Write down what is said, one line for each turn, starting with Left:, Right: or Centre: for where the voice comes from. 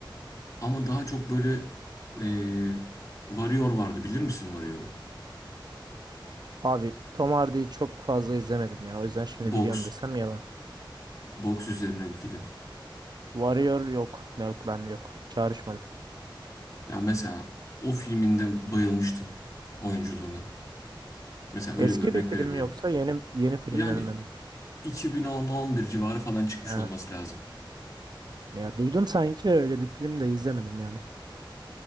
Left: Ama daha çok böyle eee Warrior vardı. Bilir misin Warrior'u?
Right: Abi Tom Hardy'yi çok fazla izlemedim ya. O yüzden şimdi
Left: Boks.
Right: biliyorum desem yalan.
Left: Boks üzerine bir film.
Right: Warrior yok. Yok bende yok. Çağrışmadı.
Left: Ya mesela o filminde bayılmıştım oyunculuğuna. Mesela öyle
Right: Eski
Left: bir örnek
Right: bir film
Left: verebilirim.
Right: mi yoksa yeni yeni filmlerinden
Left: Yani
Right: mi?
Left: 2010-11 civarı falan çıkmış
Right: Ha.
Left: olması lazım.
Right: Ya duydum sanki de öyle bir film de izlemedim yani.